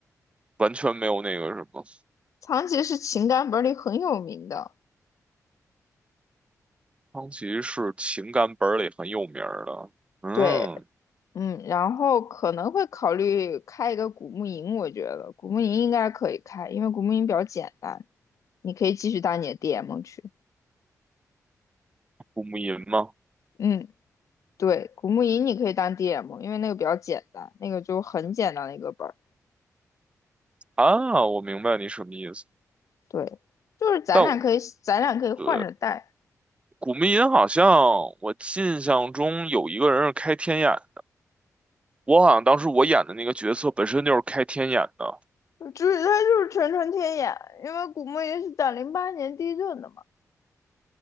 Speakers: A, on the right; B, on the left.
A: 完全没有那个什么。
B: 长崎是情感本里很有名的，
A: 苍崎是情感本儿里很有名儿的，嗯，
B: 对，嗯，然后可能会考虑开一个古墓营，我觉得古墓营应该可以开，因为古墓营比较简单，你可以继续当你的 DM 去，
A: 古木吟吗？
B: 嗯，对，古墓营你可以当 DM，因为那个比较简单，那个就很简单的一个本。
A: 啊，我明白你什么意思。
B: 对，就是咱俩可以，
A: 但我
B: 咱俩可以换着带。
A: 对古茗吟好像我印象中有一个人是开天眼，我好像当时我演的那个角色本身就是开天眼的。
B: 就是他就是纯纯天眼，因为古墓也是打零八年地震的嘛。